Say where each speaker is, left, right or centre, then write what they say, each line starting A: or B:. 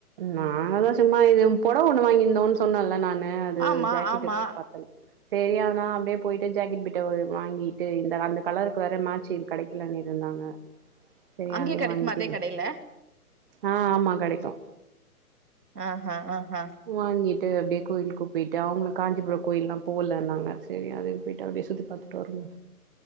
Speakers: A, on the right (about 35°); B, on the right (about 85°).
A: நானு சும்மா இது பொடவொண்ணு வாங்கியிந்தோம்னு சொன்னேல நானு அது
B: ஆமா
A: ஜாக்கெட்டு
B: ஆமா
A: பத்தல செரி அதனா அப்டியே போய்ட்டு ஜாக்கெட் பிட்ட வாங்கிட்டு இந்த அந்த கலருக்கு வேற மேட்சு கடைக் க்லண்ணிட்டு இருந்தாங்க செரி
B: அங்கயே
A: அதயு
B: கெடைக்குமா
A: வாங்கிட்டு
B: அதே கடையில
A: ஆ ஆமா கடைக்கு
B: ஆஹ்ஹா ஆஹ்ஹா
A: வாங்கிட்டு அப்டியே கோய்ல்க்கு போய்ட்டு அவ்ங்ளு காஞ்சிபுரோ கோயில்லா போலன்னாங்க செரி அது போய்ட்டு அப்டியே சுத்தி பாத்துட்டு வர்னு